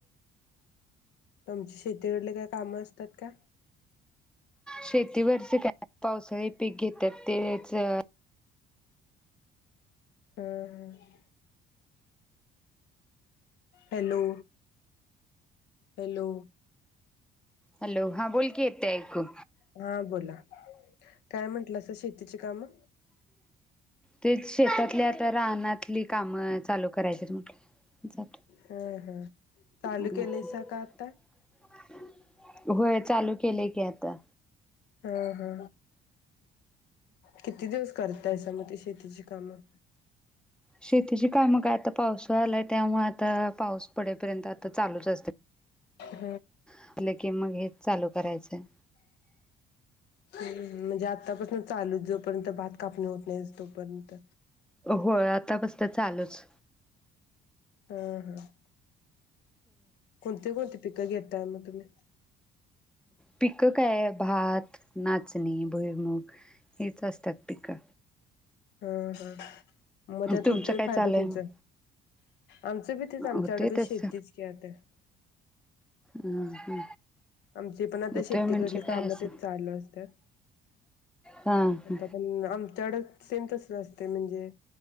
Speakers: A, on the left; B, in the centre.
A: <unintelligible> शेतीकडलं काय काम अस त्यात काय
B: शेतीवरचे काय पावसाळी पीक घेतात तेचं
A: हा हा हॅलो हॅलो
B: हॅलो हा बोलं की येतंय ऐकू
A: हा बोला काय म्हंटलंस शेतीच कामं
B: तेच शेतातील आता रानातली कामं चालू करायचे म्हटले
A: हं हं चालू
B: <unintelligible>
A: केलंयसा का आता
B: होय चालू केले की ता
A: हा हा किती दिवस करताय समती शछेतीची कामं
B: शेतीची काय म काय आता पावसा आलाय त्यामुळे आता पाऊस पडेपर्यंत आता चालूच असते.
A: हम्म
B: म्हटलं की मग हे चालू करायचंय
A: होय हम् म्हणजे आतापसून चालू जो पर्यंत भात कापणी होत नाही तो पर्यंत
B: हो आता बसता चालूच
A: होय होय. कोणती कोणती पिकं घेताय मग तुम्ही
B: पिकं काय आहे भात नाचणी भईमुूग हीच असतात पिकं.
A: हा हा मग त्यात
B: तुमचं
A: होतं
B: काय
A: फायदा
B: चालूय
A: तुमचा,
B: मग
A: आमचं बी तेच आमच्याकड
B: होतय
A: बी
B: तस
A: शेतीच की अता
B: ह
A: आमचे पण आता
B: होतय
A: शेतीकडली
B: म्हणजे
A: काम
B: काय असं
A: तेच चालला असतात
B: हा
A: आता
B: ह
A: पण आम तेडयात सेम तस असते म्हणजे